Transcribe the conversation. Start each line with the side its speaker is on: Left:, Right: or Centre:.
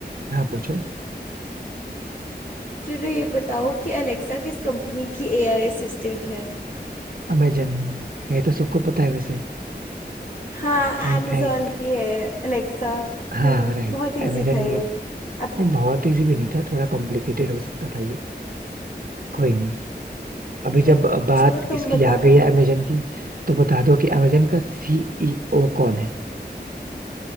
Right: हाँ पूछो
Left: चलो ये बताओ कि अलेक्सा किस कंपनी की एआई असिस्टेंट है
Right: अमेजन ये तो सबको पता है वैसे
Left: हाँ
Right: इनफैक्ट
Left: amazon की है अलेक्सा
Right: हाँ
Left: हम्म
Right: राइट
Left: बहुत इजी
Right: अमेजन
Left: था ये
Right: वो नहीं
Left: अब
Right: बहुत इजी भी नहीं था थोड़ा कॉम्प्लिकेटेड हो सकता था ये कोई नहीं अभी
Left: चल,
Right: जब बात
Left: चलो तुम
Right: इसकी
Left: बताओ
Right: आ गई है अमेजन की तो बता दो कि अमेजन का सीईओ कौन है